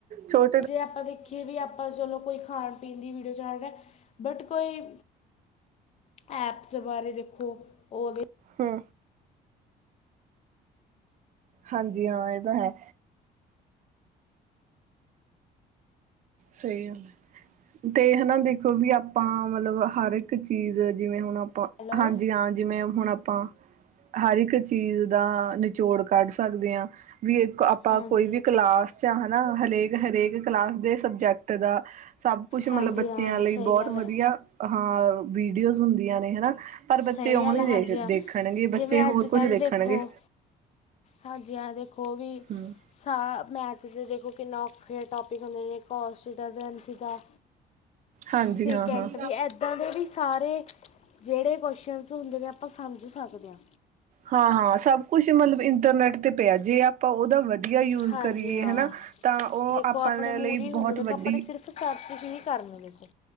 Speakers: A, on the right; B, on the left.
A: ਛੋ
B: ਜੇ ਆਪਾਂ ਦੇਖੀਏ ਵੀ ਆਪਾਂ ਚਲੋ ਕੋਈ ਖਾਣ-ਪੀਣ ਦੀ ਵੀਡੀਓ ਚਾੜ ਰੇਆ ਬਟ ਕੋਈ ਐਪਸ ਬਾਰੇ ਦੇਖੋ, ਓਦੇ
A: ਹੂੰ। ਹਾਂਜੀ ਹਾਂ, ਏਹ ਤਾਂ ਹੈ। ਸਹੀ ਹੈ। ਤੇ ਹਨਾ ਦੇਖੋ ਵੀ ਆਪਾਂ ਮਤਲੱਬ ਹਰ ਇੱਕ ਚੀਜ਼ ਜਿਵੇਂ ਹੁਣ ਆਪ
B: ਹੈਲੋ
A: ਹਾਂਜੀ ਹਾਂ, ਜਿਵੇਂ ਹੁਣ ਆਪਾਂ ਹਰ ਇੱਕ ਚੀਜ਼ ਦਾ ਨਿਚੋੜ ਕੱਢ ਸਕਦੇ ਹਾਂ। ਵੀ ਆਪਾਂ
B: ਹਾਂਜੀ
A: ਕੋਈ ਵੀ ਕਲਾਸ ਚ ਹਨਾ ਹਰੇਕ- ਹਰੇਕ ਕਲਾਸ ਦੇ ਸਬ ਦਾ ਸਭ ਕੁਛ ਮਤਲਬ
B: ਹਾਂਜੀ
A: ਬੱਚਿਆਂ
B: ਹਾਂ
A: ਲਈ
B: ਸਹੀ
A: ਬਹੁਤ
B: ਗੱਲ ਹੈ
A: ਵਧੀਆ ਹਾਂ ਵੀਡੀਓਜ਼ ਹੁੰਦੀਆਂ ਨੇ ਹਨਾ। ਪਰ ਬੱਚੇ
B: ਸਹੀ
A: ਉਹ
B: ਗੱਲ
A: ਨਹੀਂ
B: ਹੈ ਹਾਂਜੀ
A: ਦੇਖ
B: ਹਾਂ
A: ਦੇਖਣਗੇ
B: ਜਿਵੇਂ
A: ਬੱਚੇ ਹੋਰ
B: ਅੱਜ
A: ਕੁੱਝ
B: ਕੱਲ
A: ਦੇਖਣਗੇ।
B: ਦੇਖੋ ਹਾਂਜੀ ਹਾਂ ਵੇਖੋ ਵੀ
A: ਹੂੰ।
B: ਸਾ ਮੈਥ 'ਚ ਦੇਖੋ ਕਿੰਨਾ ਔਖੇ ਟੋਪਿਕ ਹੁੰਦੇ ਨੇ ਕੋਸਟ ਦਰਜ਼ਨ ਸੀਗਾ
A: ਹਾਂਜੀ
B: ਸਕਿੰਟ
A: ਹਾਂ ਹਾਂ।
B: ਵੀ ਇੱਦਾਂ ਦੇ ਵੀ ਸਾਰੇ ਜਿਹੜੇ ਕੁਸ਼ਚਨਸ ਹੁੰਦੇ ਨੇ ਆਪਾਂ ਸਮਂਝ ਸਕਦੇ ਹਾਂ।
A: ਹਾਂ- ਹਾਂ ਸਭ ਕੁੱਛ ਮਤਲੱਬ ਇੰਟਰਨੈਟ ਤੇ ਪਿਆ ਜੇ। ਆਪਾਂ ਉਹਦਾ ਵਧੀਆ ਯੂਜ
B: ਹਾਂਜੀ
A: ਕਰੀਏ
B: ਹਾਂ
A: ਹਨਾ ਤਾਂ ਉਹ
B: ਦੇਖੋ
A: ਆਪਾਂ
B: ਆਪਣੇ ਮੂਰੀ
A: ਲਈ ਬਹੁਤ
B: ਹੁੰਦੇ ਦੇਖੋ
A: ਵੱਡੀ
B: ਆਪਣੇ ਸਿਰਫ ਸਰਚ ਹੀ ਕਰਨਦੇ ਚ